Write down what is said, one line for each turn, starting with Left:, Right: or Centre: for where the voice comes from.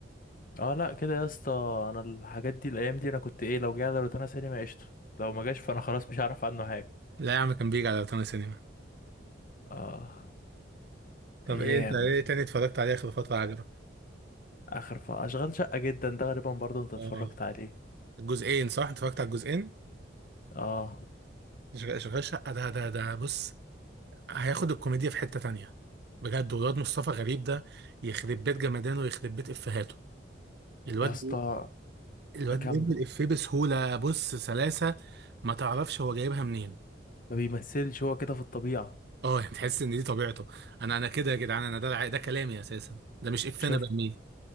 Left: اه لأ كده يا اسطى أنا الحاجات دي الأيام دي أنا كنت إيه لو جه على روتانا سينما قشطة لو ما جاش فأنا خلاص مش هعرف عنه حاجة
Right: لا يا عم كان بيجي على روتانا سينما
Left: اه
Right: طب
Left: أيام
Right: ايه انت ايه تاني اتفرجت عليه آخر فترة عجبك؟
Left: آخر ف... أشغال شقة جدا ده غالبا برضه أنت اتفرجت
Right: اه
Left: عليه
Right: الجزئين صح؟ انت اتفرجت على الجزئين؟
Left: اه
Right: شغال شغال شقة ده ده ده بص هياخد الكوميديا في حتة تانية بجد والواد مصطفى غريب ده يخرب بيت جمدانه ويخرب بيت إفيهاته الواد
Left: يا اسطى
Right: <laughs> الواد
Left: كمل
Right: بيرمي الإفيه بسهولة بص سلاسة ما تعرفش هو جايبها منين
Left: ما بيمثلش هو كده في الطبيعة
Right: اه يعني تحس ان دي طبيعته انا انا كده يا جدعان انا ده الع- ده كلامي اساسا ده مش افنا
Left: شفت
Right: برميه